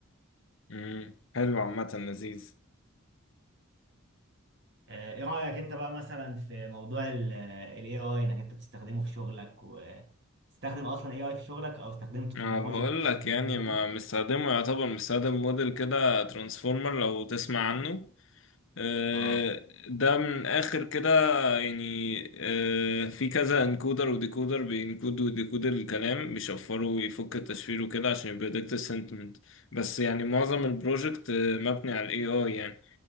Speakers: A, on the left; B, on the right.
A: مم. حلو عامة لذيذ
B: آه، ايه رأيك انت بقى مثلا في موضوع الاي اي انك انت بتستخدمه في شغلك وتستخدم اصلا اي اي في شغلك او استخدمته
A: انا
B: في البروجكت
A: بقول
B: اللي
A: لك يعني
B: انت شغال
A: ما
B: فيه
A: مستخدمه يعتبر مستخدم موديل كده ترانسفورمر لو تسمع عنه آه،
B: اه
A: ده من اخر كده يعني آه، في كذا انكودر وديكودر بينكود وديكود الكلام بيشفره ويفك التشفير وكده عشان يبريدكت السنتمنت بس يعني معظم البروجكت آه، مبني على الاي اي يعني